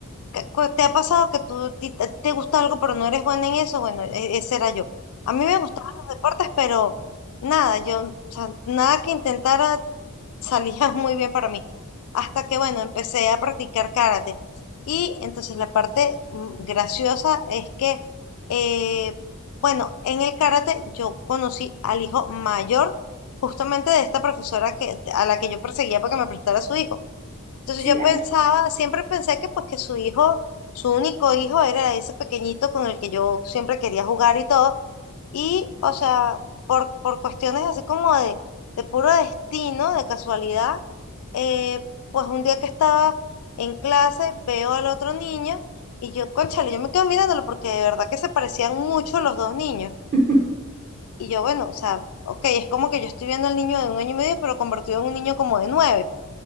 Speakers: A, on the left; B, on the right.
A: ¿Qué- cu- ¿Te ha pasado que tú ti- a ti te gusta algo pero no eres buena en eso? Bueno, e- ese era yo. A mí me gustaban los deportes, pero nada, yo, o sea, nada que intentara salía <laughs> muy bien para mí. Hasta que, bueno, empecé a practicar karate. Y entonces la parte mm, graciosa es que, eh, bueno, en el karate yo conocí al hijo mayor justamente de esta profesora que, a la que yo perseguía para que me prestara a su hijo. Entonces
B: Sí,
A: yo
B: ay,
A: pensaba, siempre pensé que pues que su hijo, su único hijo era ese pequeñito con el que yo siempre quería jugar y todo. Y, o sea, por, por cuestiones así como de, de puro destino, de casualidad, eh, pues un día que estaba en clase, veo al otro niño y yo, cónchale, yo me quedo mirándolo porque de verdad que se parecían mucho los dos niños.
B: <laughs>
A: Y yo, bueno, o sea, ok, es como que yo estoy viendo al niño de un año y medio, pero convertido en un niño como de nueve.